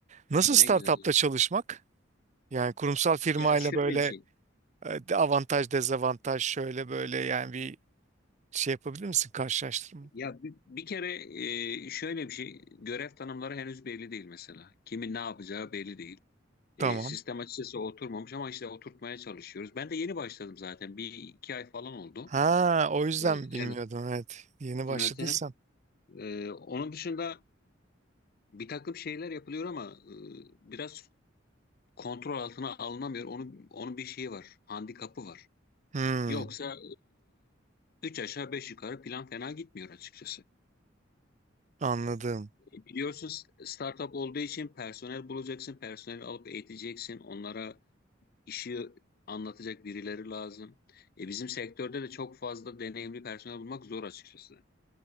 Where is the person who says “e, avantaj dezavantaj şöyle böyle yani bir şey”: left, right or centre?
Right